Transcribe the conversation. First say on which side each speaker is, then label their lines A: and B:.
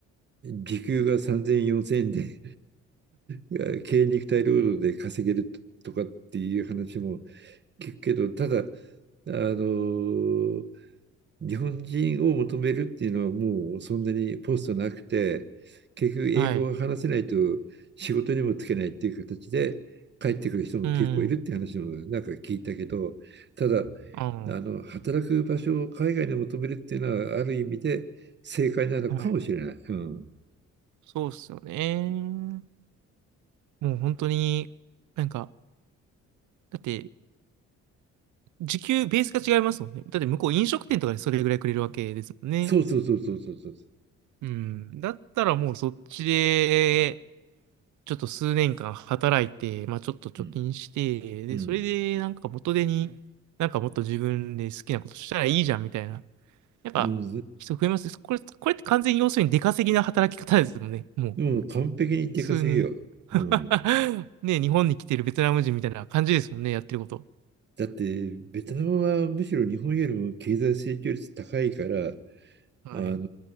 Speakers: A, on the right (about 35°); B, on the right (about 75°).
A: 時給が3000円、4000円で <laughs> 軽肉体労働で稼げるとかっていう話も聞くけど、ただ、あの、日本人を求めるっていうのはもうそんなにポストなくて、結局英語が話せないと
B: はい。
A: 仕事にもつけないっていう形で帰ってくる人も結構いるって話もなんか聞いたけど、
B: うん。
A: ただ、
B: あ
A: あの、働く場所を海外に求めるっていうのはある意味で正解なのかもしれない。
B: あ、はい。
A: うん。
B: そうっすよね。もう本当に、なんか、だって、時給、ベースが違いますもんね。だって向こう飲食店とかでそれぐらいくれるわけですもんね。
A: そうそうそうそうそうそう。
B: うん。だったらもうそっちで、ちょっと数年間働いて、まあちょっと貯金して、
A: うん。
B: で、
A: うん。
B: それでなんか元手に、なんかもっと自分で好きなことしたらいいじゃんみたいな。やっぱ人増えます。
A: うん
B: これ、これって完全に要するに出稼ぎな働き方ですもんね。もう、
A: でも完璧に出稼ぎよ。
B: 数年。<laughs>
A: うん。
B: ね、日本に来てるベトナム人みたいな感じですもんね、やってること。
A: だって、ベトナムはむしろ日本よりも経済成長率高いから、
B: はい。
A: あの